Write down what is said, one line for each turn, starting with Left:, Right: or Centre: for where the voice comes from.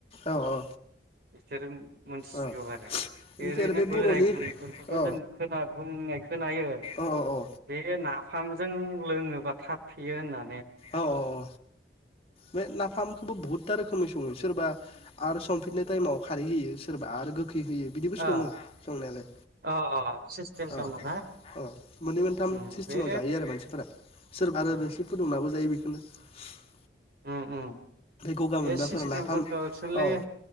Left: औ औ
Right: बिसोरो। मोनथिसिगौ
Left: औ
Right: आरो
Left: ओमफ्राय
Right: ओरैनो
Left: आरो बे
Right: बोराय
Left: बर'नि
Right: बुरैफोरखौथ'
Left: औ
Right: जों खोना बुंनाय खोनायो।
Left: औ औ
Right: बे नाफामजों लोङोबा थाब फेयो होनना
Left: औ औ औ बे नाफामखोबो बुहुत। <inaudible> था रोखोमै सङो सोरबा आरो संफिननाय टाइमाव खारै होयो सोरबा आरो गो <inaudible> खै होयो बिदिबो सङो
Right: अ
Left: संनायालाय
Right: अ अ सिस्टेम
Left: अ
Right: दङ ना
Left: अ मोननै मोनथाम
Right: उम
Left: सिसटिमाव
Right: बे
Left: जायो आरो मानसिफोरा सोर आरो
Right: ओ
Left: रोसि फुदुंनाबो। <inaudible> <unintelligible>
Right: उम उम।
Left: गगा
Right: बे
Left: मोनबाफोर
Right: सिस्टेमफोरखौ
Left: नाफाम
Right: एक्सुलि
Left: औ